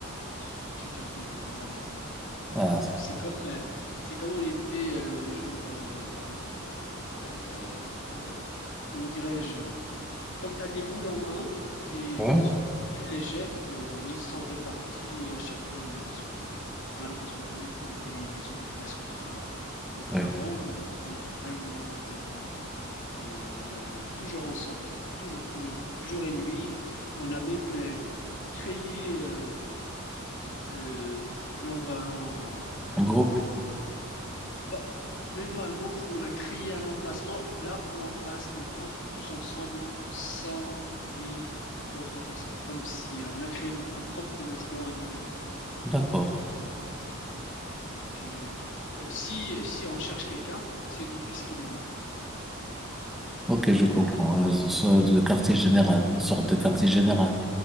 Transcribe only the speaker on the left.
Tu, tu me fais rappeler mes, mes amis à moi. Euh,
c'est comme, euh, c'est comme on était, euh, genre, euh, euh, euh, comment dirais-je, comme tu as des boules en main et
d'un seul coup, tu les jettes, euh, ils sont répartis euh, chacun de son côté, malheureusement, mais pour des obligations de travail. Mais
avant, on était vraiment, vraiment euh, toujours ensemble, toujours, toujours, jour et nuit. On a même euh, créé. euh, euh, genre un-
pas- même pas un groupe, on a créé un emplacement là où on passe le temps tous ensemble sans bruit d'autres personnes, comme si euh, on a créé notre propre logement à nous-mêmes.
Donc euh, euh, si, si on cherche quelqu'un, c'est d'office qu'il est là-bas.